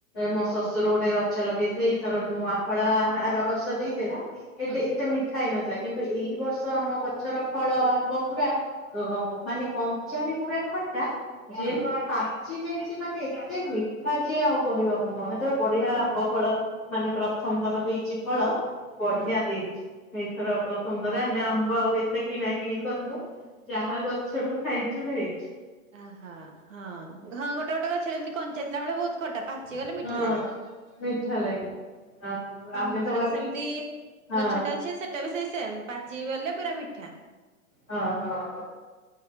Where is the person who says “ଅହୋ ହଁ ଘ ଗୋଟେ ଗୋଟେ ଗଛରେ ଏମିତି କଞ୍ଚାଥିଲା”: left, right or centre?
Right